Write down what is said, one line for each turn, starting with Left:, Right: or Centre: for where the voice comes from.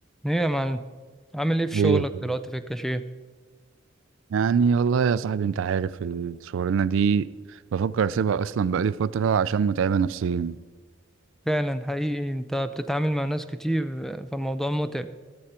Centre: ايه يا معلم عامل ايه في شغلك
Right: ايه يا أخوي؟
Centre: دلوقتي في الكاشير
Right: يعني والله يا صاحبي انت عارف الشغلانه دي بفكر اسيبها اصلا بقالي فتره عشان متعبه نفسيا
Centre: فعلا حقيقي انت بتتعامل مع ناس كتير فالموضوع متعب